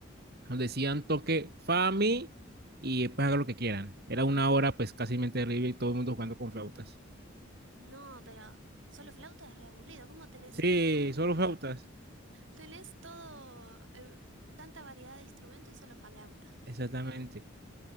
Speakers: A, on the right; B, on the right.
A: nos decían toque Fami y después haga lo que quieran. Era una hora pues casi terrible y todo el mundo jugando con flautas.
B: No, pero solo flauta es re aburrido, ¿cómo tenés
A: Sí,
B: un...
A: solo flautas,
B: Tenés todo, em, tanta variedad de instrumentos y solo flauta.
A: exactamente.